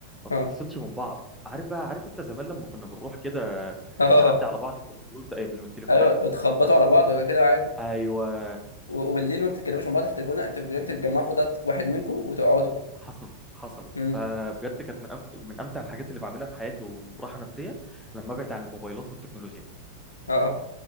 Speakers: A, in the centre; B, on the left (about 75°).
A: ما
B: اه
A: بنتصلش من بعض عارف بقى عارف انت زمان لما كنا بنروح كده
B: <laughs> اه
A: نعدي على بعض في البيوت قبل من التليفونات
B: ايوه اتخبطوا على بعض وكده كده عادي
A: ايوه
B: و- وبالليل ما بتتكلموش مع بعض في التليفون لا انت بالليل بتتجمعوا في اوضه واحد منكم وتقعدوا
A: حصل حصل
B: امم
A: فبجد كانت من أمت... من امتع الحاجات اللي بعملها في حياتي وراحه نفسيه لما ابعد عن الموبايلات والتكنولوجيا
B: اه اه.